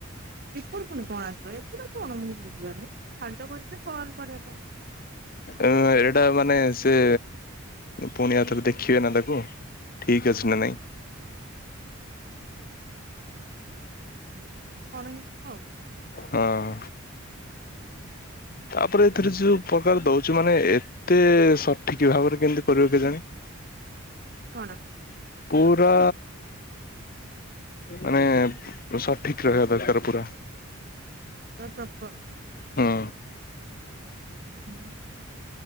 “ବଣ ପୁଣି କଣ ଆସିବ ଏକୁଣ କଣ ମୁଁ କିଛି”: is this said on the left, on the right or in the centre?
Right